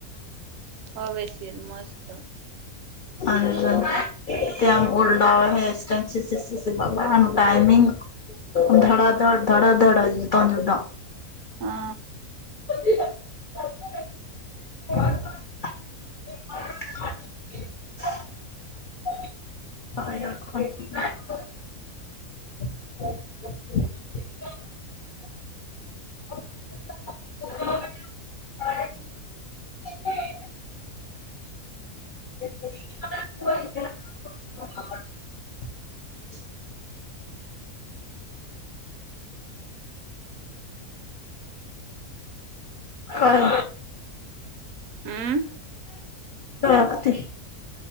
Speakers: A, on the right (about 70°); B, on the left (about 75°).
A: हवेेशीर मस्त
B: आणि त्याम ओल्डा आट स सी बा टाइमिंग धडा धड धडा धडाता जध
A: हा
B: <unintelligible> <unintelligible> काय अ <inaudible> अ <unintelligible> <unintelligible> <unintelligible> काय
A: हम्म
B: वक्ती